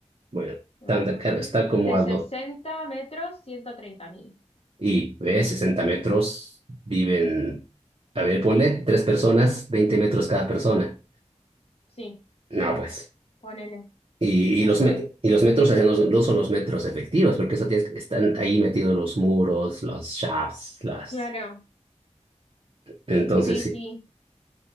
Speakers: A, on the right (about 50°); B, on the left (about 55°).
A: bueno,
B: Ujú.
A: tanta, claro, está como
B: De
A: a
B: 60
A: dos,
B: metros, 130 mil.
A: y ves, 60 metros, viven, a ver, ponle tres personas, 20 metros cada persona.
B: Sí,
A: No, pues.
B: ponele.
A: Y,
B: Pues
A: y los,
B: no.
A: me- y los metros hacia los- no son los metros efectivos, porque eso tienes, que- están ahí metidos los muros, los shafts, las...
B: Claro,
A: Entonces,
B: sí,
A: sí.
B: sí.